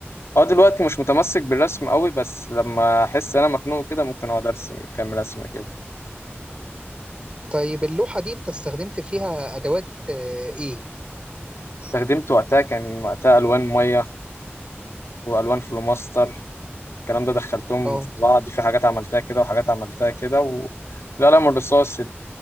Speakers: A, on the left; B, on the right.
A: اه دلوقتي مش متمسك بالرسم قوي بس لما احس انا مخنوق كده ممكن اقعد ارسم كام رسمة كده
B: طيب اللوحة دي انت استخدمت فيها ادوات آه، ايه
A: استخدمت وقتها كان وقتها الوان مية والوان فلوماستر والكلام ده دخلتهم
B: اه
A: في بعض في حاجات عملتها كده وحاجات عملتها كده و... القلم الرصاص